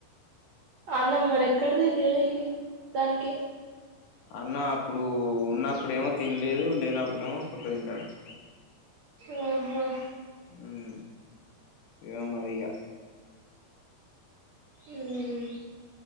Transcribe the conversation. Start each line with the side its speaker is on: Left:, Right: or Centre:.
Right: అన్నం మరెక్కడిది తిననీకి దానికి
Left: అన్నం అప్పుడు ఉన్నప్పుడేమో తినలేదు, లేనప్పుడేమో సక్కగా తింటాంది.
Right: ఆహా
Left: ఉమ్ ఏమో మరి ఇక
Right: ఉమ్మ్